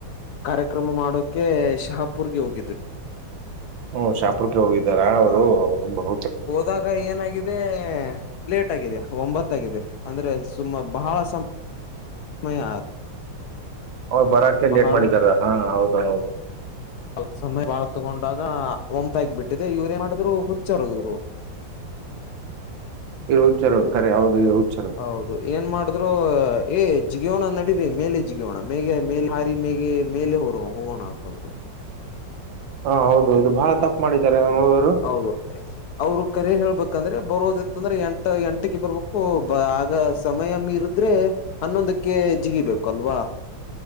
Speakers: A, on the left; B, on the right.
A: ಕಾರ್ಯಕ್ರಮ ಮಾಡೋಕೆ ಶಹಾಪುರ್ಗೆ ಹೋಗಿದ್್ರಿ.
B: ಹ್ಮ ಶಾಪುರ್ಕ್ಕೆ ಹೋಗಿದ್ದಾರ ಅವರು
A: ಹಾ
B: ಬಹ.
A: ಹೋದಾಗ ಏನಾಗಿದೆ. ಲೇಟ್ ಆಗಿದೆ ಒಂಬತ್ತಾಗಿದೆ ಅಂದ್ರೆ ಸುಮ್ಮ ಬಹಳ ಸಮ ಸಮಯ.
B: ಅವ್ರು ಬರಕ್ಕೆ ಲೇಟ್
A: ಬಹಳ
B: ಮಾಡಿದಾರ ಹಾ ಹೌದು ಹೌದು.
A: ಅಲ್ಪ ಸಮಯ ಬಾಳ ತಗೊಂಡಾಗ ಒಂ್ಾಯಗ ಬಿಟ್ಟಿದೆ ಇವ್್ರೇಏ ಮಾಡಿದ್ರು ಹುಚ್ಚಾರ ಇವ್ರು.
B: ಇರ್ ಹು್ರು ಕರೆ ಹೌದು ಇ ಹುಚರು.
A: ಹೌದು ಏನ್ ಮಾಡ್ರು ಏ ಜಿಗಿಯೋಣ ನಡರಿ ಮೇಲೆ ಜಿಗಿಯೋಣ ಮೇಗೆ ಮೇ ಹಾರಿ ಮೇಗೆ. ಮೇಲೆ ಹೊರ ಹೋಗೋಣ ಅಂತಂದ್ರು.
B: ಹ ಹೌದೌದು ಬಹಳ ತಪ್ಪ ಮಾಡಿದ್ದಾರೆ ಆವ್.
A: ಹೌದು. ಅವರು ಕರೆ ಹೇಳ್ಬೇಕಂದ್ರೆ ಬರೋದಿತ್ತ ಅಂದ್ರೆ ಎಂಟ ಎಂಟಕ ಬರ್ಬೇಕು ಬ ಆಗ ಸಮಯ ಮೀ. ಆದ್ರೆ ಹನ್ನೊಂದಕ್ಕೆ ಜಿಗಿಬೇಕೇಕು ಅಲ್ವಾ.